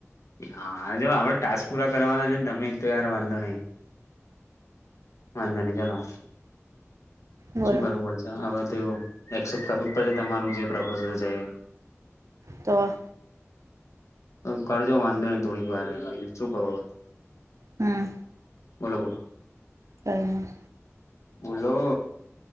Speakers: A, on the left (about 75°); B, on the right (about 80°).
A: હા જો આપડે ટાસ્ક પૂરા કરવાના છે ને તમે એક તો યાર વાંધો નહી. વાંધો નહીં ચલો
B: બોલો
A: શું કરવું વા હવે તો એવો એક્સેપ્ટ કરવું જ પડશે તમારું જે પ્રપોઝલ છે એ.
B: તો
A: કરજો વાંધો નહી થોડીક વાર શું કરું હવે.
B: હમ્મ.
A: બોલો બોલો.
B: કંઈ નહીં.
A: બોલો.